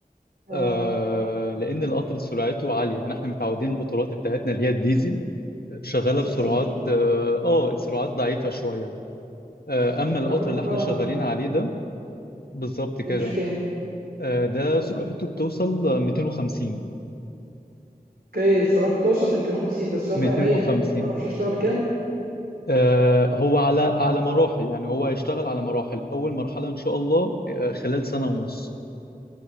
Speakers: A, on the right; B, on the left.
A: اه
B: آه لأن القطر سرعته عالية يعني احنا متعودين القطارات بتاعتنا اللي هي الديزل شغالة
A: 60
B: بسرعات اه آه، سرعات ضعيفة شوية آه
A: 60
B: أما
A: انا
B: القطر
A: كنت
B: اللي
A: فعلا
B: احنا شغالين
A: آه،
B: عليه ده بالظبط كده
A: بيمشي كام
B: آه ده سرعته بتوصل 250
A: اوكي سرعته بتوصل ل 250 بس هو فعليا
B: 250
A: ما تعرفش اشتغل كام
B: آه، هو على على مراحل يعني هو هيشتغل على مراحل أول مرحلة إن شاء الله آه، خلال سنة ونص